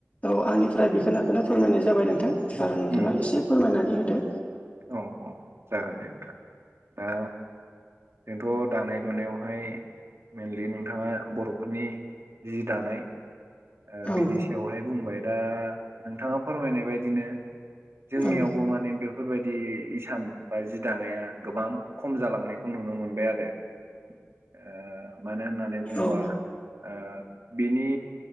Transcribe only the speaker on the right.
उम
औ औ जागोन दे नोंथां दा जोंथ' दानाय लुनायावहाय मेनलि नोंथाङा बर'फोरनि जि दानाय ओ
बेनि सायावहाय बुंबाय दा नोंथाङा फोरमायनाय बदिनो जोंनियावबो
माने बे बेफोरबायदि इसान बा जि दानाया गोबां खम जालांनायखौ नुनो मोनबाय आरो ओ मानो होननानै बुंङोबा
ओ बिनि